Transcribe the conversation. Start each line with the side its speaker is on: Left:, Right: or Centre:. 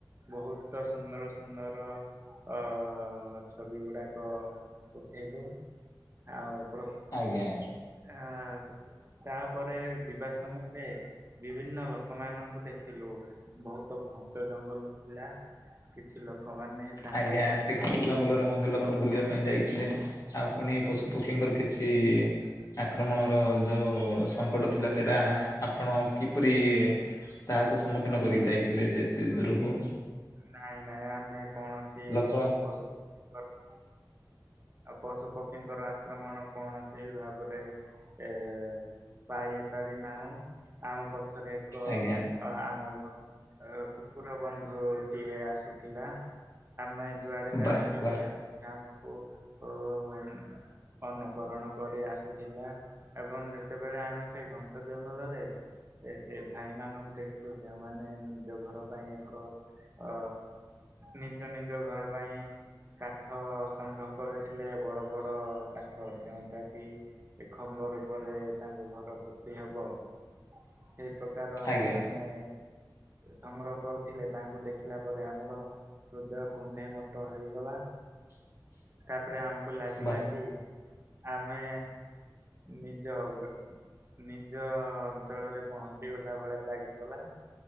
Right: ବହୁତ ସୁନ୍ଦର ସୁନ୍ଦର ଅ ଛବି ଗୁଡାକ ଉଠେଇଲୁ ଆଉ ପ୍ର
Left: ଆଜ୍ଞା ଆଜ୍ଞା।
Right: ଆ ତାପରେ ଯିବା ସମୟରେ ବିଭିନ୍ନ ଲୋକମାନଙ୍କୁ ଦେଖିଲୁ ବହୁତ ଘଞ୍ଚ ଜଙ୍ଗଲ ଥିଲା। କିଛି ଲୋକମାନେ ତାଙ୍କ
Left: ଆଜ୍ଞା
Right: ଘର
Left: ଏତେ ଘଛ ଜଙ୍ଗଲରେ ମଧ୍ୟ ଲୋକ ବୁଲିବା ପାଇଁ ଥିଲେ ଆଉ ପୁଣି ପଶୁ ପକ୍ଷୀଙ୍କର କିଛି ଆକ୍ରମଣର ଯୋଉ ସଙ୍କଟ ଥିଲା ସେଇଟା ଆପଣ କିପରି ତାହାକୁ ସମ୍ମୁଖୀନ କରି ଯାଇଥିଲେ ଯେତେ ଦୂରକୁ
Right: ନାଇଁ ନାଇଁ ଆମେ କଣ ଅଛି
Left: ଲୋକ
Right: ପଶୁପକ୍ଷୀଙ୍କର ଆଉ ପଶୁ ପକ୍ଷୀଙ୍କର ଆକ୍ରମଣ କୌଣସି ଭାବରେ ଏ ପାଇଆ ପାରି ନାହୁଁ ଆମ ରେ ଏକ
Left: ଆଜ୍ଞା
Right: ଅ ଆମ ଭନ୍ ଅ କୁକୁର ବନ୍ଧା ଉ ଟିଏ ଆସୁଥିଲା ଆମେ ଯୁଆଡେ ଯାଉଥିଲୁ
Left: ବାଃ ବାଃ
Right: ସେ ମଧ୍ୟ ଆମୁକୁ <unintelligible> ଅନୁକରଣ କରି ଆସୁଥିଲା ଏବଂ ଯେତେବେଳେ ଆମେ ସେଇ ଘଞ୍ଚ ଜଙ୍ଗଲରେ ଏ ସେ ଭାଇ ମାନଙ୍କୁ ଦେଖିଲୁ ଯେଉମାନେ ନିଜ ଘର ପାଇଁ ଏକ ଅ ନିଜ ନିଜ ଘର ପାଇଁ କାଠ ସଂ କରୁଥିଲେ ବଡ ବଡ କାଠ ଯୋଉଟା କି ଏ ଖମ୍ବର ର ଉପରେ ତାଙ୍କ ଘର ପୋତି ହବ।
Left: <inaudible>
Right: ସେଇ ପ୍ରକାର
Left: ଆଜ୍ଞା
Right: ସେମାନେ ସଂଗ୍ରହ କରୁଥିଲେ ତାଙ୍କୁ ଦେଖିଲା ପରେ ଆମର ହୃଦୟ କୁଣ୍ଢେ ମୋଟ ହେଇଗଲା।
Left: <inaudible>
Right: ତାପରେ ଆମକୁ ଲାଗିଲା
Left: ବା
Right: କି ଆମେ ନିଜେ <unintelligible> ନିଜ ଅଞ୍ଚଳରେ ପହଞ୍ଚି ଗଲା ଭଳିଆ ଲାଗିଗଲା